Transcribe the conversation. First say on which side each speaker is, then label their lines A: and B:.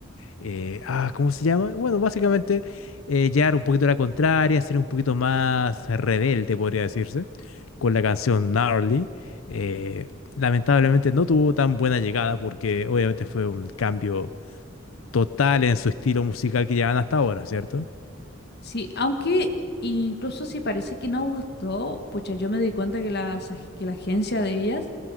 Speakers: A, on the left (about 85°); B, on the left (about 55°).
A: eh, ah, ¿cómo se llama? Bueno, básicamente eh, llevar un poquito a la contraria, ser un poquito más rebelde, podría decirse, con la canción Gnarly. Eh, lamentablemente no tuvo tan buena llegada porque obviamente fue un cambio total en su estilo musical que llevan hasta ahora, cierto
B: Sí, aunque incluso si parece que no gustó, pucha, yo me di cuenta que la, que la agencia de ellas